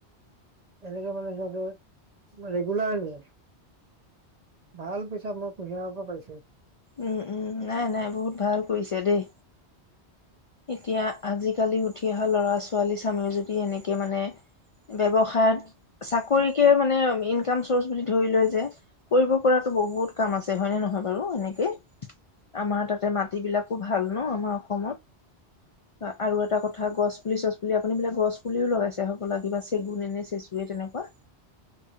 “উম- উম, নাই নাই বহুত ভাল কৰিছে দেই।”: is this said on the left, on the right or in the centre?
Left